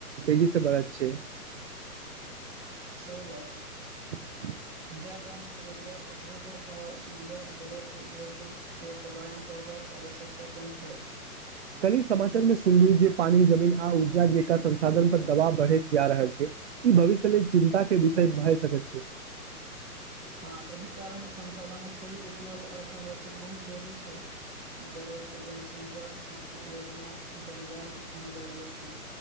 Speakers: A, on the right; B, on the right.
A: तेजी से बढ़त छै
B: सही बात
A: ह <unintelligible>
B: जा गाममे रोजगार उद्योग आ सुविधा बढ़त लोकोकँ पलायन करबाक आवश्यकता कम पड़त
A: कली समाचार मे सुनलियौ जे पानी जमीन आ ऊर्जा जेक संसाधन पर दबाव बढ़ैत जा रहल छै ई भविष्य लेल चिन्ता के विषय भए सकैत छै
B: हँ एहि कारणसँ संसाधनक सही उपयोग आ संरक्षण बहुत जरूरी छै बढ़ैत जनसंख्या संख्या समय योजना बनबाय अनिवार्य छै